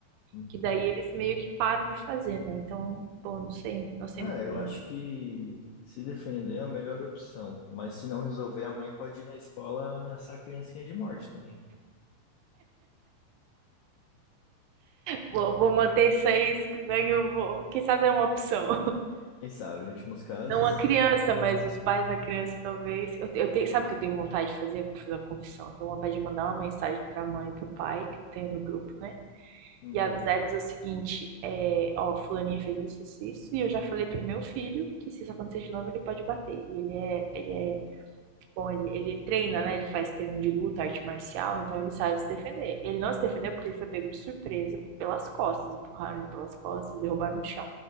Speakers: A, on the left; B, on the right.
A: Uhum.
B: que daí eles meio que param de fazer, né? Então, bom, não sei, não sei
A: Ah,
B: muito
A: eu
B: bem.
A: acho que se defender é a melhor opção. Mas se não resolver, a mãe pode ir na escola ameaçar a criancinha de morte também.
B: Vou, vou manter isso aí, né, que eu vou, quem sabe é uma opção.
A: Quem sabe, em últimos casos.
B: Não a criança, mas os pais da criança, talvez. Eu, eu tenho, sabe o que eu tenho vontade de fazer? Vou fazer uma confissão. Eu tenho vontade de mandar uma mensagem pra mãe e pro pai, que eu tenho no grupo, né?
A: Uhum.
B: E avisar eles o seguinte: é, ó, fulaninha fez isso, isso, isso, e eu já falei pro meu filho que se isso acontecer de novo, ele pode bater. E ele é, ele é, bom, ele, ele treina, né? Ele faz treino de luta, arte marcial, então ele sabe
A: Uhum.
B: se defender. Ele não se defendeu porque ele foi pego de surpresa pelas costas, empurraram ele pelas costas, derrubaram no chão.